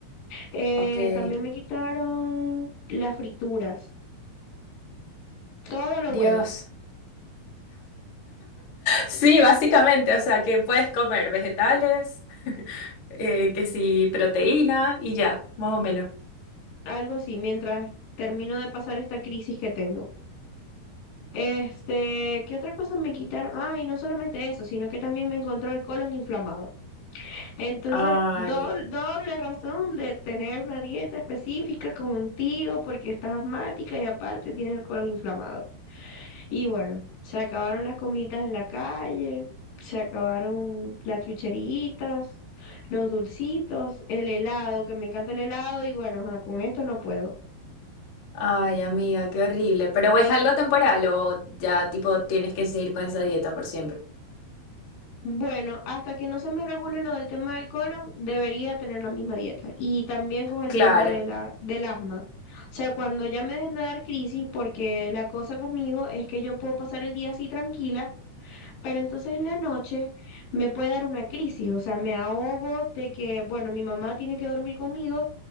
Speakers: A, on the left; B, on the left.
A: Eh,
B: Ok.
A: también me quitaron las frituras. Todo lo
B: Dios.
A: bueno.
B: Sí, básicamente, o sea, que puedes comer vegetales, eh, que sí, proteína y ya, más o menos.
A: algo así, mientras termino de pasar esta crisis que tengo. Este, ¿qué otra cosa me quitaron? Ah, y no solamente eso, sino que también me encontró el colon inflamado. Entonces,
B: Ay.
A: doble, doble razón de tener una dieta específica contigo porque estás asmática y aparte tienes el colon inflamado. Y bueno, se acabaron las comiditas en la calle, se acabaron las chucheritas, los dulcitos, el helado, que me encanta el helado y bueno, ajá, con esto no puedo.
B: Ay, amiga, qué horrible. Pero ¿es algo temporal o ya tipo tienes que seguir con esa dieta por siempre?
A: Bueno, hasta que no se me regule lo del tema del colon, debería tener la misma dieta. Y también con el
B: Claro,
A: tema de la, del asma. O sea, cuando ya me dejen de dar crisis, porque la cosa conmigo es que yo puedo pasar el día así tranquila, pero entonces en la noche me puede dar una crisis. O sea, me ahogo de que, bueno, mi mamá tiene que dormir conmigo,